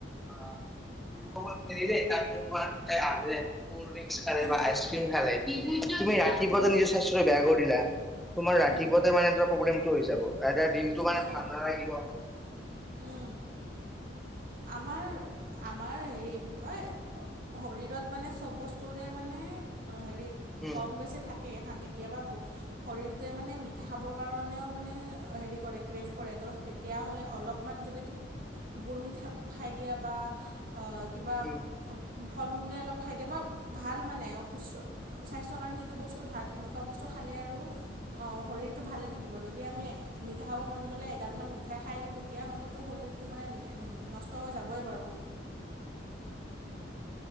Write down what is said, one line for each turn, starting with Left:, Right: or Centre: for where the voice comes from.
Centre: অ' ফুৰিব গ'ল খেলিলে তাৰ পিছত তোমাৰ <unintelligible> কোল্ড ড্ৰিংকচ খালে
Right: উম
Centre: বা আইচক্ৰীম খালে <unintelligible> তুমি
Right: উম
Centre: ৰাতিপুৱা নিজৰ সাস্থ্য <unintelligible> দিলা, তোমাৰ ৰাতিপুৱাতে
Right: উম
Centre: মানে তোমাৰ ৰ প্ৰব্লেমটো হৈ যাব <unintelligible> <unintelligible> মানে
Right: অঁ
Centre: ঠাণ্ডা লাগিব।
Right: উম আমাৰ আমাৰ হেৰি কি কয় শৰীৰত মানে চব বস্তুৰে মানে হেৰি
Centre: উম
Right: কম বেছি থাকেই হা কেতিয়াবা ব শৰীৰটোৱে মানে মিঠা খাবৰ কাৰণেও মানে হেৰি কৰে ক্ৰেভ কৰে ত' তেতি তেতিয়া হ'লে অলপমান যদি তুমি গুৰ মিঠা খাই দিয়ে বা অ'কিবা
Centre: উম উম।
Right: ফল-মূলে অলপ খাই দিয়ে বা ভাল অ' মানে সুস্ব স্বাস্থ্যৰ কাৰণে যিটো বস্তু ভাল সেনেকুৱা বস্তু খালে আৰু অ' শৰীৰটো ভালে থাকিব, যদি আমি মিঠা খাব মান গ'লে এগাল মান মি মিঠাই খাই দিওঁ তেতিয়াহ'লেতো শৰীৰটো মানে নষ্ট হৈ যাবই বাৰু।
Centre: <inaudible>